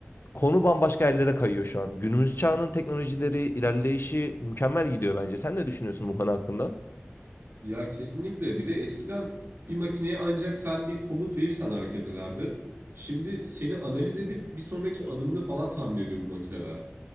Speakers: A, on the left; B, on the right.
A: Konu bambaşka yerlere kayıyor şu an. Günümüz çağının teknolojileri, ilerleyişi mükemmel gidiyor bence. Sen ne düşünüyorsun bu konu hakkında?
B: Ya kesinlikle. Bir de eskiden bir makineye ancak sen bir komut verirsen hareket ederdi. Şimdi seni analiz edip bir sonraki adımını falan tahmin ediyor bu makineler.